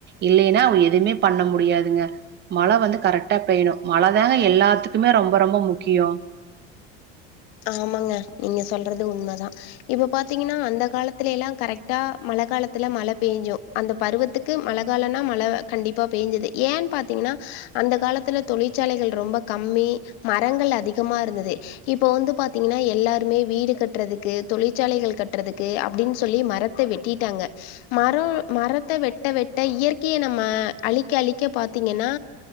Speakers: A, on the right; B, on the left.
A: இல்லைன்னா எதுவுமே பண்ண முடியாதுங்க மழ வந்து கரெக்டா பெய் மழதாங்க எல்லாத்துக்குமே ரொம்ப ரொம்ப முக்கியோ
B: ஆமாங்க நீங்க சொல்றது உண்மதா இப்ப பாத்தீங்கன்னா அந்த காலத்துலலெல்லா கரெக்டா மழ மழ காலத்து மழ பெஞ்சு அந்த பருவத்துக்கு மழ காலனா மழ கண்டிப்பா பெஞ்சது ஏன்னு பாத்தீங்கன்னா அந்த காலத்துல தொழிற்சாலைகள் ரொம்ப கம்மி மரங்கள் அதிகமா இருந்தது இப்ப வந்து பாத்தீங்கன்னா எல்லாருமே வீடு கட்டுறதுக்கு தொழிற்சாலைகள் கட்டுறதுக்கு அப்படின்னு சொல்லி மரத்த வெட்டிட்டாங்க க மர மரத்த வெட்ட வெட்ட இயற்கையை நம்ம அழிக்க அழிக்க பாத்தீங்கன்னா